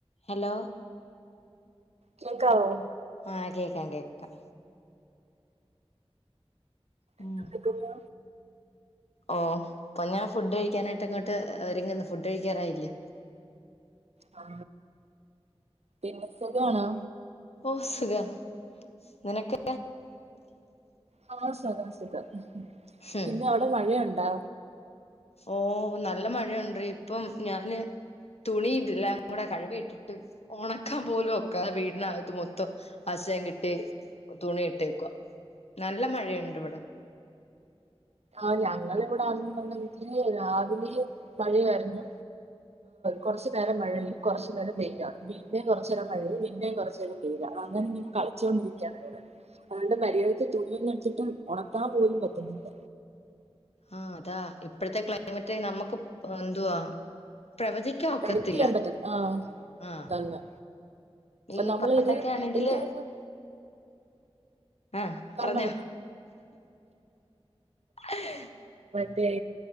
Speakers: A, on the left (about 75°); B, on the right (about 80°).
A: ഹലോ
B: കേക്കാവോ
A: ആഹ് കേക്കാം കേക്കാം ഉം
B: എന്തെടുക്കുന്നു?
A: ഓ അപ്പൊ ഞാൻ ഫുഡ് കഴിക്കാനായിട്ട് ഇങ്ങോട്ട്ങ്ങന്ന് ഒരുങ്ങുന്നു ഫുഡ് കഴിക്കാറായില്ലേ
B: ആ പിന്നെ സുഖണോ
A: ഓ സുഖം ഇങ്ങൊക്കെ
B: ആ ആ സഖ <unintelligible>
A: ഹും
B: പിന്നെ അവിടെ മഴയുണ്ടാ
A: ഓ നല്ല മഴയുണ്ട് ഇപ്പം ഞാന് തുണി ഇട്ടില്ല ഇങ്ങൂടെ കഴവി ഇട്ടിട്ട് ഒണക്കാൻ പോലും ഒക്കെ വീടിനകത്ത് മൊത്തം ആശയം കിട്ടി തുണി ഇട്ടേക്കുക നല്ല മഴയുണ്ട് ഇവിടെ
B: ആ ഞങൾ ഇവിടെ ആകൽ രാവിലെ മഴയായിരുന്നു കുറച്ചു നേരം മഴയും കുറച്ചു നേരം പെയ്യ വീന്നേും കുറച്ച നേരം മഴയും പിന്നേ കുറ ഇങ്ങനെ കളിച്ചോണ്ടിരിക്ക <unintelligible> അതുകൊണ്ട് മര്യാദക്ക് തുണി ഒന്നും എടുത്തിട്ട് ഉണത്താൻ പോലും പറ്റുന്നില്ല
A: ആഹ് അതാ ഇപ്പോഴത്തെ മറ്റേ നമ്മുക്ക് എന്തുവാ പ്രവചിക്ക ഒക്കത്തില്ല
B: എഡിറ്റ് ചെയ്യാൻ പറ്റും ആഹ്
A: ആ
B: തന്നെ
A: ഈ
B: നമ്മള്
A: പണ്ടൊക്കെ
B: ഇത്
A: ആണെങ്കില്
B: എനിക്ക് തോന്നുന്നു
A: ആ
B: പറഞ്ഞ
A: പറഞ്ഞോ <inaudible>
B: അത